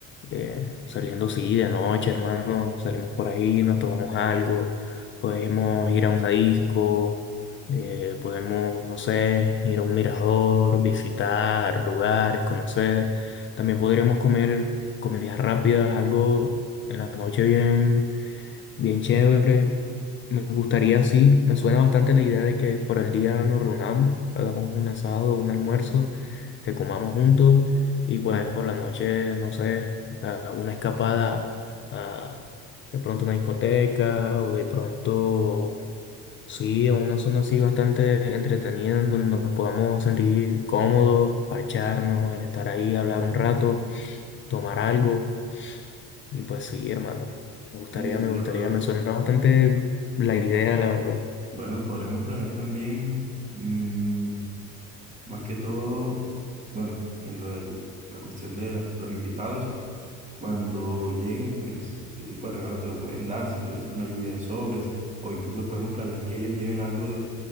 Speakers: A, on the left; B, on the right.
A: eh, saliendo sí de noche, hermano, salimos por ahí, nos tomamos algo, podemos ir a una disco, eh, podemos, no sé, ir a un mirador, visitar lugares, conocer. También podríamos comer comidas rápidas, algo en la noche bien. Bien chévere. Me gustaría, sí, me suena bastante la idea de que por el día nos reunamos, hagamos un asado, un almuerzo, que comamos juntos y pues por la noche, no sé, a una escapada a de pronto una discoteca o de pronto, sí, a una zona así bastante entretenida en donde nos podamos sentir cómodos, parcharnos, estar ahí, hablar un rato, tomar algo. Y pues sí, hermano, me gustaría,
B: Sí, sí,
A: me gustaría,
B: hermano.
A: me suena bastante la idea, la verdad.
B: Bueno, podríamos planear también, mm, más que todo, bueno, en lo del- la cuestión de la- los invitados, cuando lleguen, pues, qué tipo de regalo te lo pueden dar, si puede ser una lluvia de sobres, o incluso podemos planear que ellos lleven algo